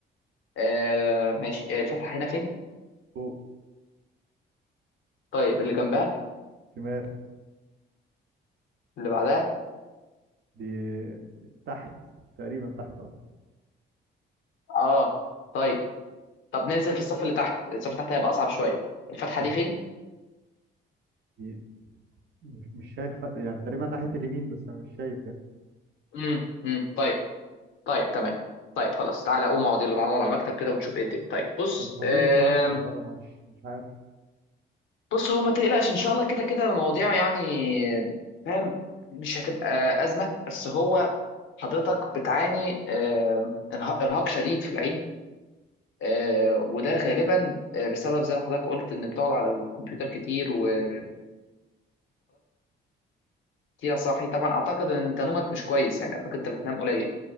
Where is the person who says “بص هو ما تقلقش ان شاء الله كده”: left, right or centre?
Left